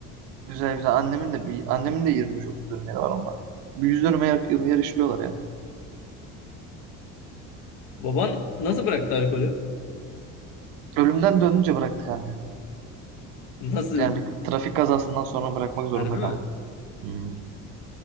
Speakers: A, on the right; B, on the left.
A: Güzel güzel. Annemin de bir annemin de 25-30 dönüm yeri var onlar. Bir 100 dönüme yakın yer işliyorlar ya.
B: Baban nasıl bıraktı alkolü?
A: Ölümden dönünce bıraktık kanka.
B: Nasıl?
A: Yani bir trafik kazasından sonra bırakmak
B: Harbi
A: zorunda
B: mi?
A: kaldım. Hmm.